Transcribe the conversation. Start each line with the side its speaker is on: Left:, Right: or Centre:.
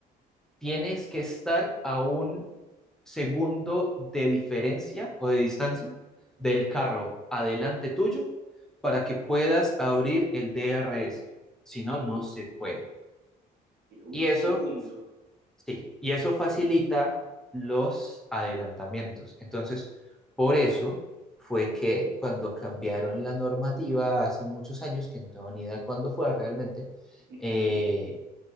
Centre: tienes que estar a un segundo de diferencia o de distancia del carro adelante tuyo para que puedas abrir el DRS. Si no, no
Right: Ok,
Centre: se puede.
Right: un
Centre: Y eso
Right: segundo,
Centre: Sí, y eso facilita los adelantamientos. Entonces, por
Right: claro.
Centre: eso fue que cuando cambiaron la normativa hace muchos años, que no tengo ni idea cuándo fue realmente,
Right: ujú,
Centre: eh,